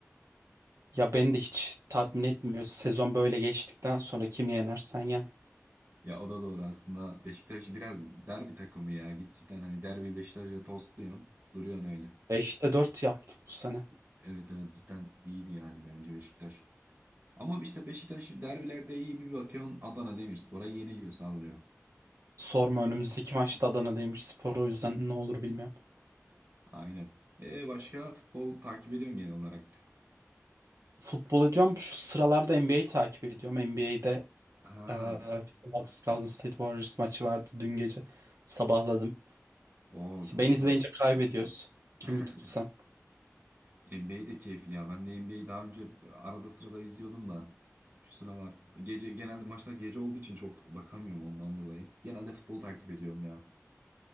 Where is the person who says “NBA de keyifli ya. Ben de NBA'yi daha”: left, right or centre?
Right